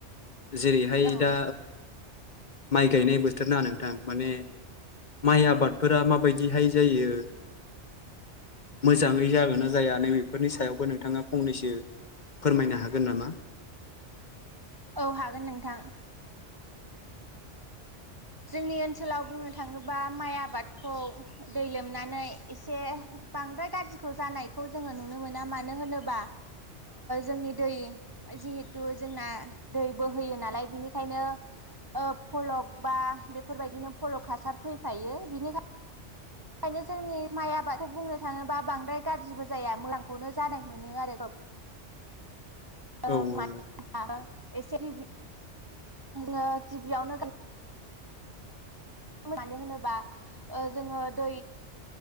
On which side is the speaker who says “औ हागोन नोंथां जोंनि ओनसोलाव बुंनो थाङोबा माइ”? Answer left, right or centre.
Right